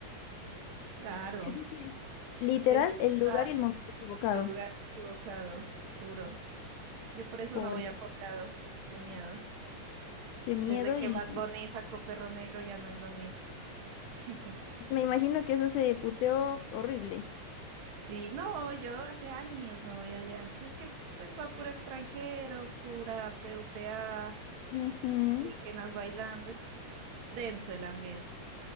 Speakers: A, on the right; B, on the left.
A: Claro,
B: Eso sí es literal
A: eso sí
B: el
A: está,
B: lugar y el
A: está
B: momento equivocado.
A: en el lugar equivocado, juro. Yo por eso
B: Pobre,
A: no voy a poblado, qué miedo.
B: qué miedo
A: Desde que
B: y
A: Bad Bunny sacó Perro Negro ya no es lo mismo. <laughs>
B: me imagino que eso se puteó horrible.
A: Sí, no, yo hace años no voy allá. Es que pues va puro extranjero, pura PUTA,
B: Ujú.
A: indígenas bailando. Es denso el ambiente,